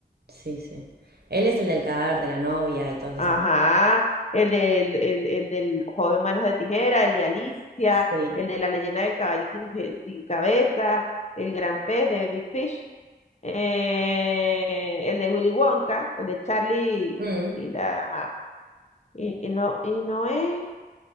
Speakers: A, on the right (about 70°); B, on the left (about 45°).
A: Sí, sí. Él es el del cadáver de la novia y todas
B: Ajá.
A: esas.
B: El del, el, el del joven manos de tijera, el de Alicia,
A: Sí.
B: el de la leyenda del caballo sin, je- sin cabeza, el gran pez de Big Fish, eh, el de Willy Wonka, el de Charlie
A: Mm.
B: y la... ajá. Y, y no, y no es...